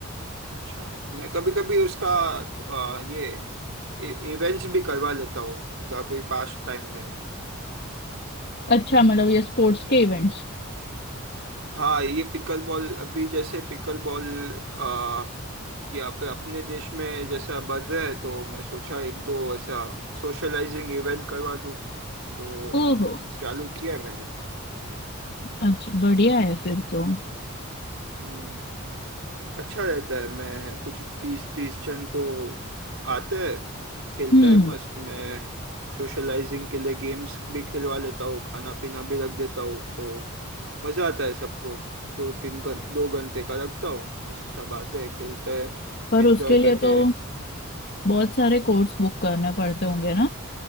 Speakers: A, on the right; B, on the left.
A: अच्छा मैं कभी कभी उसका आ, ये इवेंट्स भी करवा लेता हूँ अभी पास टाइम में
B: अच्छा मतलब ये स्पोर्ट्स के इवेंट्स
A: हाँ ये पिकल बॉल अभी जैसे पिकल बॉल आ, ये आप अपने देश में जैसा बढ़ रहा है तो मैं सोचा एक दो ऐसा सोशलाइजिंग इवेंट करवा दूँ तो
B: ओहो
A: चालू किया है मैंने
B: अच्छा बढ़िया है फिर तो
A: हम्म अच्छा रहता है मैं कुछ बीस तीस जन को आते हैं खेलते
B: हम्म
A: हैं मस्त मैं सोशलाइजिंग के लिए गेम्स भी खिलवा लेता हूँ खाना पीना भी रख देता हूँ तो मज़ा आता है सबको दो तीन घं दो घंटे का रखता हूँ मस्त सब आते हैं खेलते हैं
B: पर
A: एंजॉय
B: उसके
A: करके
B: लिए तो बहुत सारे कोर्स बुक करने पड़ते होंगे ना